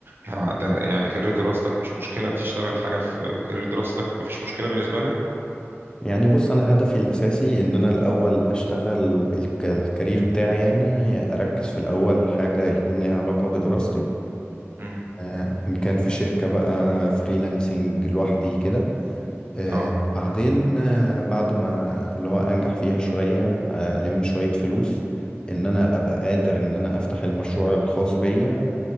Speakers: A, on the right; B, on the left.
A: ه- در- يعني كارير دراستك مش مشكلة تشتغل حاجة في كارير دراستك مفيش مشكلة بالنسبة لك
B: يعني بص انا هدفي الاساسي ان انا الاول اشتغل الك- الكارير بتاعي يعني اركز في الاول حاجة يكون ليها علاقة بدراستي
A: امم
B: آه، ان كان في شركة بقى فريلانسنج لوحدي كده آه،
A: اه
B: بعدين آه، بعد ما اللي هو انجح فيها شوية آه، الم شوية فلوس ان انا ابقى قادر ان انا افتح المشروع الخاص بيا